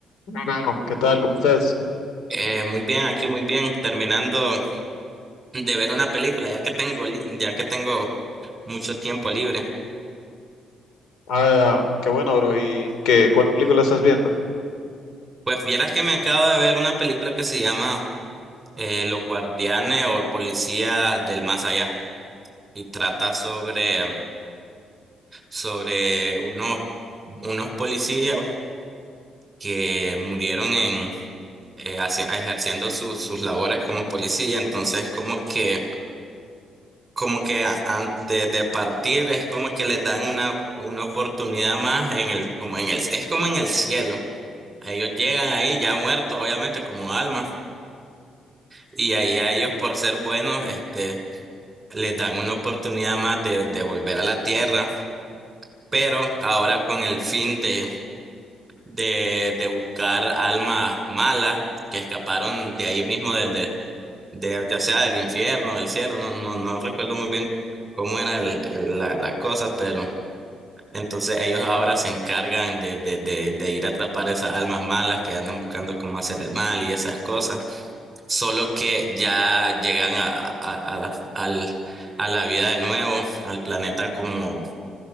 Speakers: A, on the left; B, on the right.
A: Bueno, ¿qué tal? ¿Cómo estás?
B: Eh, muy bien, aquí muy bien, terminando de ver una película, ya que tengo, li- ya que tengo mucho tiempo libre.
A: Ah, qué bueno, bro. ¿Y qué, cuál película estás viendo?
B: Pues vieras que me acabo de ver una película que se llama eh, Los Guardianes o Policías del Más Allá y trata sobre, sobre unos, unos policías que murieron en eh, haci- ejerciendo sus sus labores como policía, entonces como que como que a- antes de partir es como que les dan una, una oportunidad más en el, como en el, es como en el cielo. Ellos llegan ahí ya muertos, obviamente, como alma, y ahí a ellos por ser buenos, este, les dan una oportunidad más de, de volver a la tierra, pero ahora con el fin de, de, de buscar almas malas que escaparon de ahí mismo del de, de- ya sea del infierno, del cielo, no, no, no recuerdo muy bien cómo era el- el- la la cosa, pero Entonces ellos ahora se encargan de, de, de, de ir a atrapar esas almas malas que andan buscando cómo hacer el mal y esas cosas. Solo que ya llegan a, a, a, la al- a la vida de nuevo, al planeta como